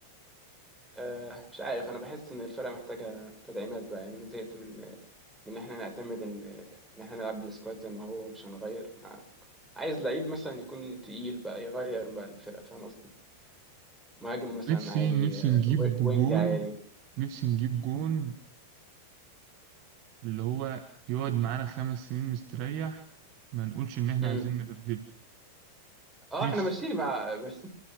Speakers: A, in the centre; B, on the right.
A: آه مش عارف انا بحس ان الفرقه محتاجه تدعيمات بقى يعني انا زهقت من من ان احنا نعتمد ان ان احنا نلعب بالسكواد زي ما هو مش هنغير عايز لعيب مثلا يكون تقيل بقى يغير بقى الفرقة فاهم قصدي مهاجم مثلا
B: نفسي
A: عالي
B: نفسي
A: آه،
B: نجيب
A: و-
B: جون
A: وينج عالي
B: نفسي نجيب جون اللي هو يقعد معانا خمس سنين مستريح ما نقولش إن إحنا
A: امم
B: عايزين نبدله
A: اه
B: نفسي
A: احنا ماشيين مع <laughs> بس